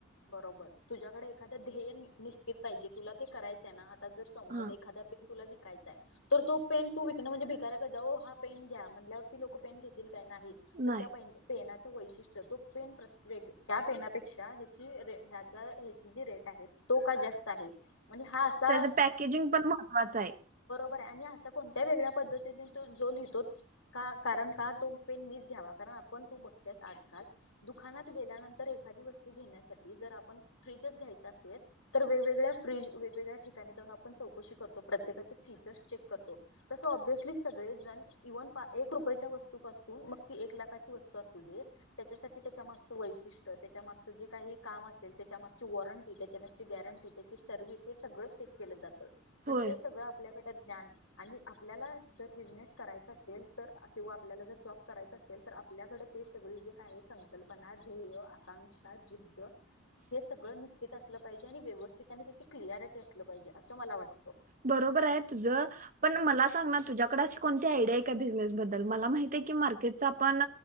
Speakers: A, on the left; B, on the right.
A: बरोबर. तुझ्याकडे एखाद ध्येय नि निश्चित पाहिजे तुला ते करायचंय ना आ आता जर समज
B: हा
A: एखाद्या पे तुला विकायचायं तर तो पेन तू विकणं म्हणजे भिकाऱ्यागत जाऊ हा पेन घ्या म्हटल्यावर ती लोक पेन घेतील त्या नाही तर
B: नाही
A: त्या पेन पेना वैशिष्ट्य तो पेन प्र वेग त्या पेनापेक्षा कि रे ह्याचा ह्याची जी रेट आहे तो का जास्त आहे. आणि हा असा
B: त्याचं पॅकेजिंग पण महत्त्वाचं आहे.
A: बर हाय आणि असा कोणत्या वेगळ्या पद्धतीने तो जो लिहितो का कारण का तो पेन मीच घ्यावा कारण आपण तू बघतेस आजकाल दुखानात गेल्यानंतर एक एखादी वस्तू घेण्यात त्यासाठी जर आपण फ्रिजच घ्यायचा असेल जतर वेगवेगळ्या फ्रिज वेगवेगळ्या ठिकाणि जाऊन आपण चौकशी करतो प्रत्येकाचे फिचर्स चेक करतो तस ओबीअसली सगळेच जण इव्हन एक रुपयच्या वस्तूपासून मग ती एक लाखाची वस्तू असू दे त्याच्यासाठी त्याच्या मागचं वैशिष्ट त्याच्या मागचं जे काही काम असेल त्याच्यामागची वॉरंटी त्याच्यामागची गॅरंटी त्याची सर्व्हिस हे सगळं चेक केलं जातं.
B: होय
A: तर ते सगळं आपल्याकडे ज्ञान आणि आपल्याला जर बिजनेस करायचा असेल तर, किंवा आपल्याला जर जॉब करायचा असेल तर आपल्याकडे ते सगळ जे का आहे, संकल्पना ध्येय आकांक्षा जिद्द हे सगळं निश्चित असलं पाहिजे आणि व्यवस्थित आणि ते क्लिअरिटी असलं पाहिजे असं मला वाटतं.
B: बरोबर आहे तुझं पण मला सांग ना तुझ्याकडे अशी कोणती आयडिया आहे का बिझनेस बद्दल मला माहित आहे की मार्केटच आपण